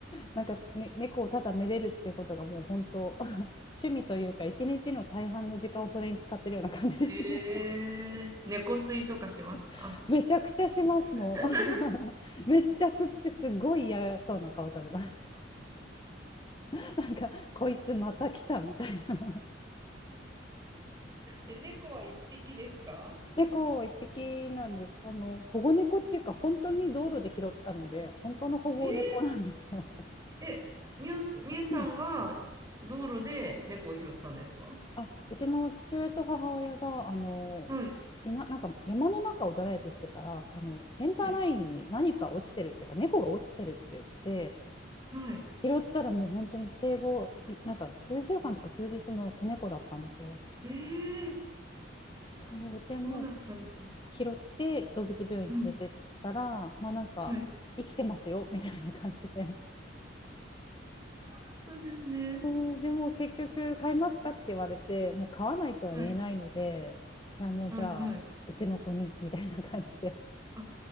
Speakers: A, on the left (about 25°); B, on the right (about 20°).
A: なんか、ね、猫をただめでるっていうことがもう本当、<laughs> 趣味というか、一日の大半の時間をそれに使ってるような感じですね。
B: ええ猫吸いとかしますか
A: <laughs> めちゃくちゃします、
B: <laughs>
A: もう。<laughs> めっちゃ吸ってすごい嫌そうな顔されます。<laughs> なんか、こいつまた来たみたいな。<laughs>
B: え、猫は一匹ですか
A: 猫一匹なんです。あの、保護猫っていうか、本当に道路で拾ったので、本当の保護猫なんですよ。
B: えええ、みゆす、
A: <laughs>
B: みゆさんが道路で猫を拾ったんですか
A: あ、うちの父親と母親が、あの、
B: はい、
A: いな、なんか山の中をドライブしてたら、あの、センターラインに何か落ちてるっていうか、
B: はい、
A: 猫が落ちてるって言って、
B: はい。
A: 拾ったらもう本当に生後、いなんか数週間とか数日の子猫だったんですよ。
B: ええ
A: そう、でもう
B: そうだったんですね。
A: 拾って動物病院連れてったら、
B: うん、
A: まあなんか、
B: はい。
A: 生きてますよ、みたいな感じで。
B: そうだったんですね。
A: そう、でも結局、買いますかって言われて、もう買わないとは言えないので、
B: はい、
A: いや、もうじゃあ、
B: はい、はい。
A: うちの子に、みたいな感じで。
B: あ、